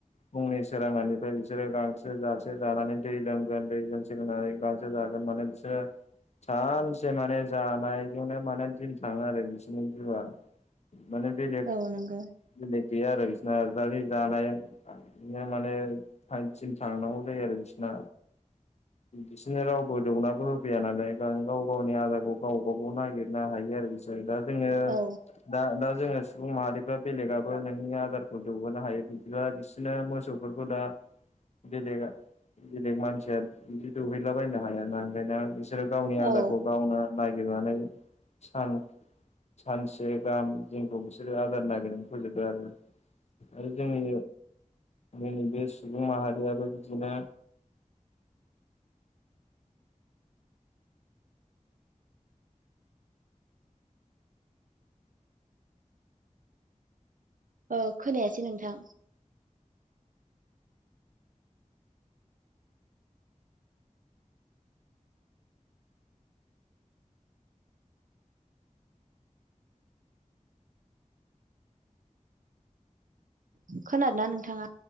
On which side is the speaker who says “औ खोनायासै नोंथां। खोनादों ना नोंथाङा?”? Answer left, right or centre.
Right